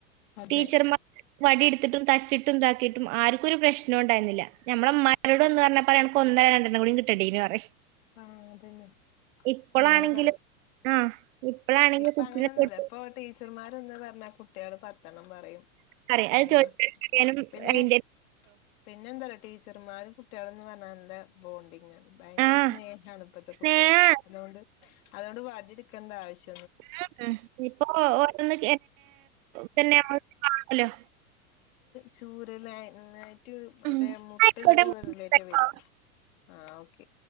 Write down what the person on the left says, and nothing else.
അതെ
ആഹ് അതന്നെ
അങ്ങനെ പറയും
ഇപ്പൊ
അങ്ങനെൊന്നുലു
ഇപ്പൊ ടീച്ചർമാർന്ന് പറഞ്ഞാ കുട്ടികട് പത്തെണ്ണം പറയും
അങ്ങന്നെ
പിന്നെ
പിന്നെന്താ റ്യൊ ചെറുമാരും കുട്ടികളും എന്ന് പറഞ്ഞാന നല്ല ബോണ്ടിങ് ആണ് ഭയങ്കര
സ്നേഹാണ് ഇപ്പത്തെ
കുട്ടികൾ അതുകൊണ്ട് അതുകൊണ്ട് വടിടുക്കേണ്ട ആവശ്യം
ചൂരല്ലായിട്ട് മറ്റേ
മുട്ടല്ല
ചൂരല്ലായിട്ട് വരി ആഹ് ഓക്കെ